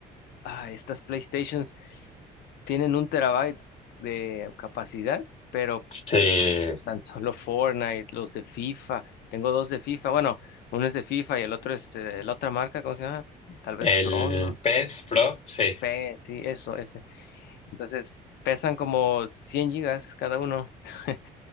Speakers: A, on the left; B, on the left.
A: ah, estas PlayStations tienen un terabyte de capacidad, pero
B: Sí.
A: pues tan solo Fortnite, los de FIFA. Tengo dos de FIFA. Bueno, uno es de FIFA y el otro es eh, la otra marca, ¿cómo se llama? Tal vez
B: El
A: Pro, ¿no?
B: PS Pro, sí.
A: P, sí, eso, ese. Entonces pesan como 100 gigas cada uno. <laughs>